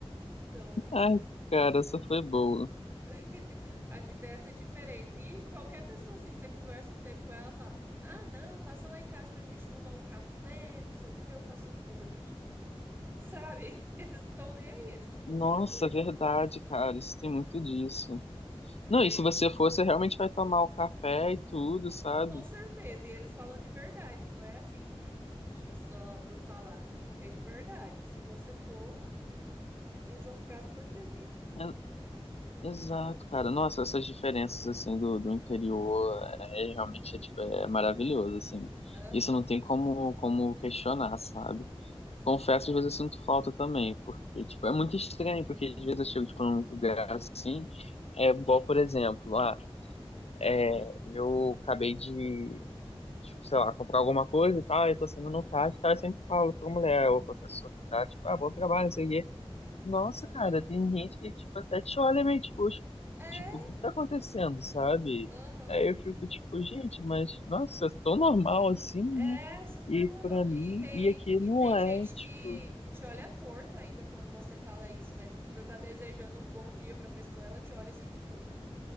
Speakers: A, on the right; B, on the left.
A: Então,
B: Ai, cara, essa foi boa.
A: <laughs> Aqui tem essa diferença. E qualquer pessoa, assim, você conversa um tempo com ela, fala: Ah, não, passa lá em casa pra gente tomar um café, não sei o quê, eu faço um bolinho, sabe? <laughs> Eles estão nem aí, eles te convidam
B: Nossa,
A: mesmo.
B: verdade, cara, isso tem muito disso. Não,
A: Tem,
B: e se você for, você realmente vai tomar o café e tudo, sabe?
A: com certeza. E eles falam de verdade, não é assim de, de só por falar. É de verdade. Se você for, eles vão ficar super felizes.
B: É- exato, cara. Nossa, essas diferenças, assim, do, do interior, é é realmente, é, tipo, é maravilhoso, assim.
A: Aham,
B: Isso não tem como, como questionar, sabe? Confesso,
A: não,
B: às vezes eu sinto falta também, porque, tipo, é muito estranho, porque às vezes eu chego, tipo, num lugar assim, é igual, por exemplo, ah, é, eu acabei de tipo, sei lá, comprar alguma coisa e tal, eu tô saindo no caixa e tal, eu sempre falo pra mulher ou pra pessoa que tá, tipo, ah, bom trabalho, não sei o quê. Nossa,
A: aham.
B: cara, tem gente que, tipo, até te olha meio, tipo, "Oxe,
A: É,
B: tipo, o que que tá acontecendo, sabe?
A: aham.
B: Aí eu fico, tipo, gente, mas, nossa, é tão normal
A: E-
B: assim, né?
A: é super
B: E
A: normal.
B: pra mim,
A: E tem,
B: e aqui não
A: e tem gente
B: é, tipo,
A: que, que te olha torto ainda quando você fala isso, né? Tipo, você tá desejando um bom dia pra pessoa, ela te olha assim, tipo,